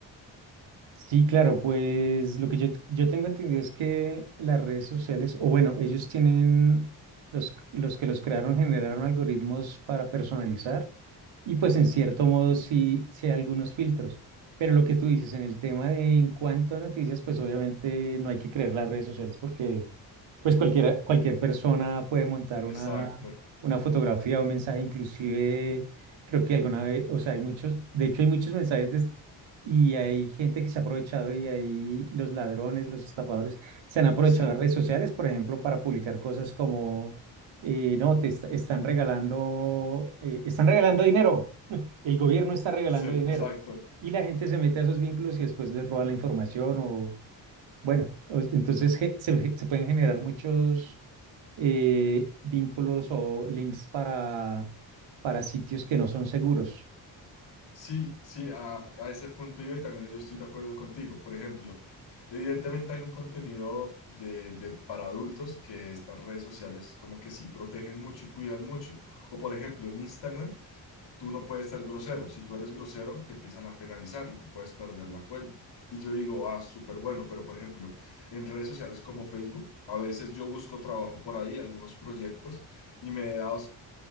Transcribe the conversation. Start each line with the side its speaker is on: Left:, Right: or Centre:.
Right: Sí, claro, pues lo que yo, yo tengo entendido es que las redes sociales, o bueno, ellos tienen, los, los que los crearon generaron algoritmos para personalizar y pues en cierto modo sí, sí hay algunos filtros, pero lo que tú dices en el tema de en cuanto a noticias, pues obviamente no hay que creer las redes sociales porque pues cualquiera, cualquier persona puede montar
Left: Exacto,
Right: una, una fotografía o un mensaje, inclusive creo que alguna vez, o sea, hay muchos, de hecho hay muchos mensajes y hay gente que se ha aprovechado y ahí los ladrones, los estafadores, se han aprovechado
Left: sí,
Right: de las redes sociales, por ejemplo, para publicar cosas como, eh, no, te est- están regalando, eh, están regalando dinero, <laughs> el gobierno está regalando
Left: sí,
Right: dinero.
Left: exacto.
Right: Y la gente se mete a esos vínculos y después les roba la información o, bueno, o- entonces ge- se, se pueden generar muchos eh, vínculos o links para, para sitios que no son seguros.
Left: Sí, sí, a, a ese punto yo y también yo estoy de acuerdo contigo. Por ejemplo, evidentemente hay un contenido de, de para adultos que estas redes sociales como que sí protegen mucho y cuidan mucho. O por ejemplo, en Instagram tú no puedes ser grosero. Si tú eres grosero, te empiezan a penalizar y tú puedes perder la cuenta. Y yo digo, ah, súper bueno, pero por ejemplo, en redes sociales como Facebook, a veces yo busco trabajo por ahí, algunos proyectos, y me he dado